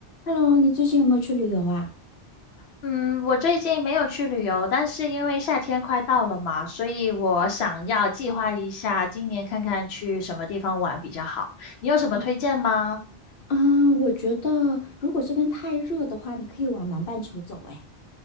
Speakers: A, on the left; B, on the left.
A: Hello，你最近有没有去旅游啊？
B: 嗯，我最近没有去旅游，但是因为夏天快到了嘛，所以我想要计划一下今年看看去什么地方玩比较好。你有什么推荐吗？
A: 哎，嗯，我觉得如果这边太热的话，你可以往南半球走，哎，